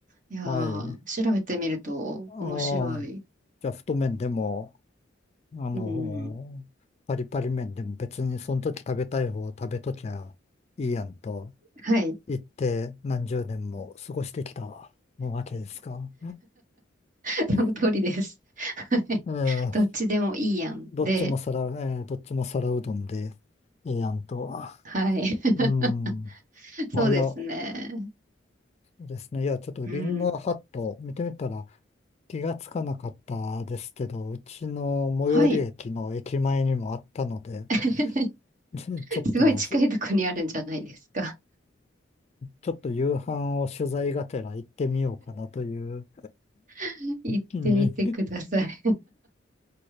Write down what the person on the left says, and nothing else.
はい。
ああ、じゃあ、太麺でも、あの、
パリパリ麺でも別にその時食べたい方を食べときゃいいやんと
言って何十年も過ごしてきたわけですか。
え
<laughs> えー
どっちも皿、
えーどっちも皿うどんでいいやんと。
うん。あ、
いや、ですね。いや、ちょっとリンゴハット見てみたら
気がつかなかったですけど、うちの最寄り駅の駅前にもあったので、
<laughs> ちちょっと
ちょっと夕飯を取材がてら行ってみようかなという
気に